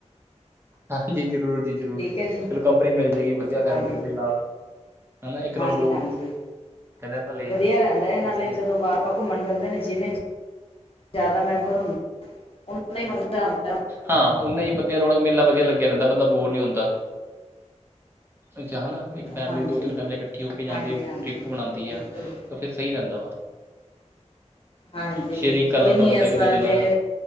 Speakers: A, on the right (about 20°); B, on the left (about 50°).
A: ਹਾਂ ਜੀ ਜ਼ਰੂਰ ਜੀ ਜ਼ਰੂਰ
B: ਠੀਕ ਹੈ ਜੀ
A: ਚਲੋ ਕੰਪਨੀ ਮਿਲ ਜਾਏਗੀ ਵਧੀਆ ਫੈਮਲੀ
B: ਹਾਂਜੀ
A: ਦੇ ਨਾਲ ਹੈ ਨਾ ਇੱਕ ਨਾਲ
B: ਹਾਂਜੀ
A: ਦੋ
B: ਹਾਂਜੀ
A: ਕਹਿੰਦੇ ਭਲੇ
B: ਵਧੀਆ
A: ਆ
B: ਰਹਿੰਦਾ ਹੈ ਇਹ
A: ਉਹ
B: ਨਾਲੇ
A: ਸਹੀ
B: ਜਦੋਂ ਬਾਰ ਆਪਾ ਘੁੰਮਣ ਜਾਂਦੇ ਨੇ ਜਿੰਨੇ ਜ਼ਿਆਦਾ ਮੈਂਬਰ ਹੁੰਦਾ ਉਹਨਾਂ ਦਾ ਹੀ ਮਜ਼ਾ ਆਂਦਾ
A: ਹਾਂ ਨਾ ਹੀ ਵਧੀਆ ਰੌਣਕ ਮਿਲਣਾ ਵਧੀਆ ਲੱਗਿਆ ਰਹਿੰਦਾ ਬੰਦਾ ਬੋਰ ਨਹੀਂ ਹੁੰਦਾ ਅੱਛਾ ਹਨਾ ਇੱਕ ਫੈਮਿਲੀ
B: ਹਾਂਜੀ
A: ਦੋ ਤਿੰਨ ਫੈਮਲੀ ਇਕੱਠੀ ਹੋ ਕੇ ਜਾਂਦੀ
B: ਹਾਂਜੀ
A: ਹੈ ਇੱਕ
B: ਹਾਂਜੀ
A: ਟ੍ਰਿਪ ਬਣਾਉਂਦੀ
B: ਬਿਲਕੁਲ
A: ਆ ਤਾਂ ਫਿਰ ਸਹੀ ਰਹਿੰਦਾ ਵਾ
B: ਹਾਂਜੀ
A: ਸ਼ੇਅਰਿੰਗ ਕਰ
B: ਕੋਈ
A: ਲੈਂਦਾ
B: ਨੀ
A: ਬੰਦਾ
B: ਇਸ
A: ਇੱਕ ਦੂਜੇ
B: ਵਾਰ
A: ਨਾਲ
B: ਜੇ